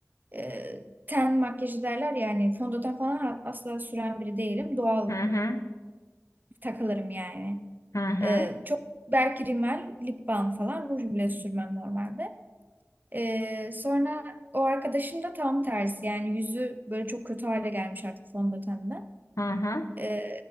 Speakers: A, on the right; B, on the left.
A: Ee, ten makyajı derler yani fondöten falan ha- asla süren biri değilim. Doğal
B: hı hı,
A: takılırım yani.
B: hı hı,
A: Ee, çok belki rimel, lip balm falan ruj bile sürmem normalde. Ee, sonra o arkadaşım da tam tersi yani yüzü böyle çok kötü hale gelmiş artık fondötenden.
B: hı hı.
A: Ee,